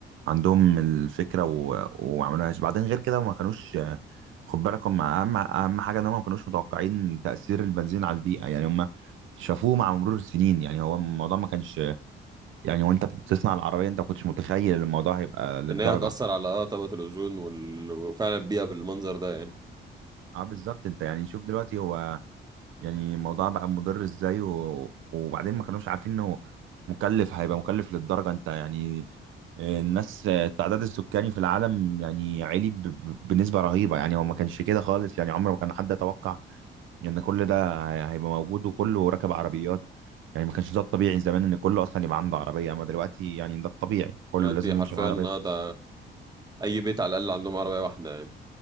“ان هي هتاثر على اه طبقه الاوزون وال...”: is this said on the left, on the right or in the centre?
Right